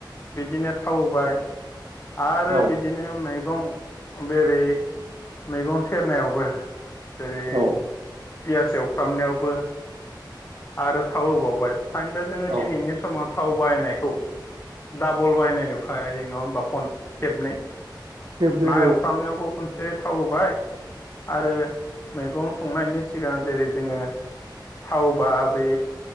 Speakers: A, on the left; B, on the right.
A: बिदिनो थाव होबाय आरो
B: औ
A: बिदि नो मैगं बेरै मैगं सेरनायावबो। जेरै
B: औ
A: पियास एवफ्रामनायावबो। आरो थाव होबावबाय सानदो जोंङो
B: औ
A: दिनैनि समाव थाव बाहायनायखौ डाबल बायनाय नुखाय नङा होमबा फन खेबनै।
B: खेबनै
A: ना एवफ्रामनायावबो
B: औ
A: खनसे थाव होबाय। आरो मैगं संनायनि सिगां जेरै जोङो थाव। बा बे